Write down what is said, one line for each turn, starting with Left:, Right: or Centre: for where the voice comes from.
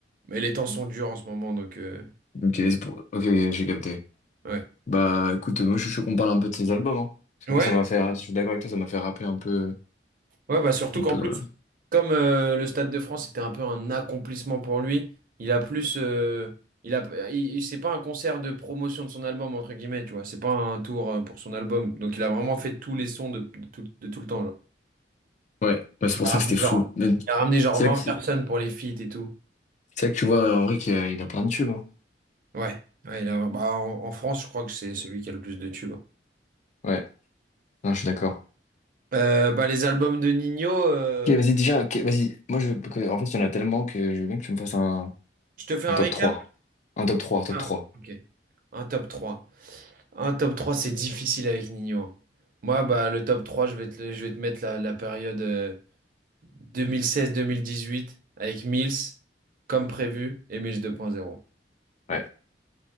Right: Mais les temps sont durs en ce moment, donc euh,
Left: Ok, c'est pour- ok, ok, j'ai capté.
Right: ouais.
Left: Bah, écoute, moi, je suis chaud qu'on parle un peu de ces albums. Hein. Parce
Right: Ouais,
Left: que moi, ça m'a fait, je suis d'accord avec toi, ça m'a fait rappeler un peu,
Right: Ouais, bah surtout
Left: un
Right: qu'en
Left: peu,
Right: plus,
Left: voilà.
Right: comme euh, le Stade de France c'était un peu un accomplissement pour lui, il a plus. euh, il a, il- il- c'est pas un concert de promotion de son album, entre guillemets, tu vois. C'est pas un tour euh, pour son album. Donc il a vraiment fait tous les sons de, de tout, de tout le temps, genre.
Left: Ouais, bah, c'est
Right: Il
Left: pour
Right: a
Left: ça
Right: ramené
Left: que c'était fou.
Right: genre,
Left: Mais
Right: il a ramené genre
Left: C'est
Right: 20
Left: là que, c'est
Right: personnes pour les feats et tout.
Left: là que tu vois, Henri qu'il a, il a plein de tubes. hein.
Right: Ouais, ouais, il a, bah, en, en France, je crois que c'est celui qui a le plus de tubes.
Left: Ouais, non, je suis d'accord.
Right: Euh, bah, les albums de Nino, euh,
Left: Ok, vas-y, déjà, ok, vas-y. Moi, je, que- en fait, il y en a tellement que je veux bien que tu me fasses un,
Right: je te fais
Left: un
Right: un
Left: top
Right: récap?
Left: trois Un top trois top
Right: Ah,
Left: trois
Right: ok. Un top 3 Un top trois c'est difficile avec Nino. Moi, bah, le top 3 je vais te, le- je vais te mettre la, la période euh, 2016-2018 avec Mills, comme prévu, et Mills 2.0.
Left: Ouais.